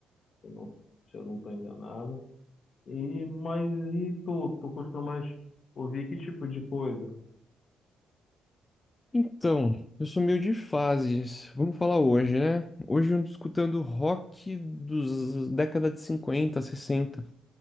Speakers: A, on the left; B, on the left.
A: se eu não, se eu não tô enganado. E, mas e tu, tu costumas ouvir que tipo de coisa?
B: Então, eu sou meio de fases. Vamos falar hoje, né? Hoje eu ando escutando rock dos décadas de 50, 60.